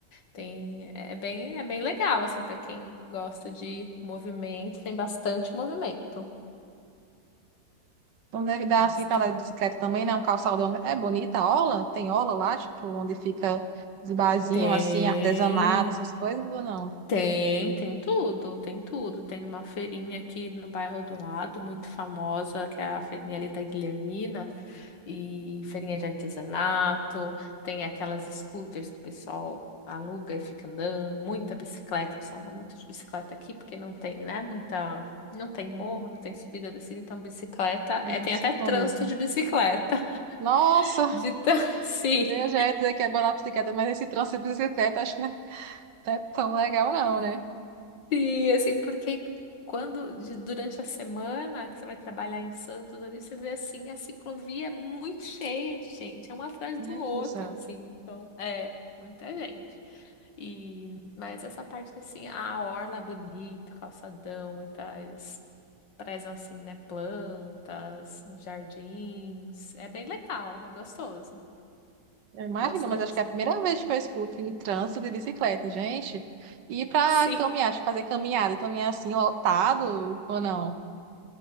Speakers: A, on the left; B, on the right.
A: Tem, é bem, é bem legal assim para quem gosta de movimento, tem bastante movimento.
B: Não deve dar
A: Bastante.
B: assim pra andar de bicicleta também, né? Um calçadão. É bonita a orla? Tem orla lá, tipo, onde fica os barzinhos,
A: Tem.
B: assim, artesanato, essas coisas ou não?
A: Tem, tem tudo, tem tudo. Tem uma feirinha aqui no bairro do lado, muito famosa, que é a feirinha ali da Guilhermina, e feirinha de artesanato, tem aquelas scooters que o pessoal aluga e fica andando, muita bicicleta, o pessoal anda muito de bicicleta aqui, porque não tem, né, muita, não tem morro, não tem subida, descida, então bicicleta,
B: É,
A: é,
B: Deve
A: tem
B: ser
A: até
B: bom
A: trânsito
B: mesmo.
A: de bicicleta,
B: Nossa,
A: <laughs> de tan- sim.
B: meu Deus, já ia dizer que é barato bicicleta, mas esse trânsito de bicicleta, acho que Não é tão legal não, né?
A: E assim, porque quando de- durante a semana que você vai trabalhar em Santos ali, você vê assim, a ciclovia é muito cheia de gente, é um atrás
B: Gente
A: do outro,
B: do céu.
A: assim, então é muita gente. E mas essa parte assim, a orla é bonito, calçadão, muitas prezam assim, né, plantas, uns jardins, é bem legal, é gostoso,
B: Eu imagino,
A: gostoso.
B: mas acho que é a primeira vez que eu escuto em trânsito de bicicleta, gente. E pra
A: <laughs> Sim.
B: caminhar, acho que fazer caminhada, caminhar assim, lotado ou não?